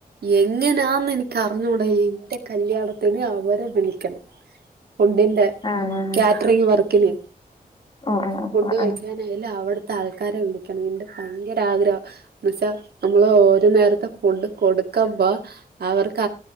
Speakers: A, on the right; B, on the left.
A: എങ്ങനാന്ന് എൻക്കറിഞ്ഞുട എൻ്റെ കല്യാണത്തിന് അവരെ പണിക്കെണം. ഫുഡിന്റെ
B: ആഹ്
A: കാറ്ററിങ് വർക്കില്
B: ആഹ് ആഹ്
A: ഫുഡ്
B: ആഹ്
A: വെക്കാനായാലും
B: ആഹ്
A: അവിട്ത്തെ ആൾക്കാരെ വിളിക്കണം നിന്റെ <unintelligible> ൻ്റാഗ്രഹം ന്തുച്ചാ നമ്മള് ഒരു നേരത്തെ ഫുഡ് കൊട്ക്കുമ്പോ അവർക്ക്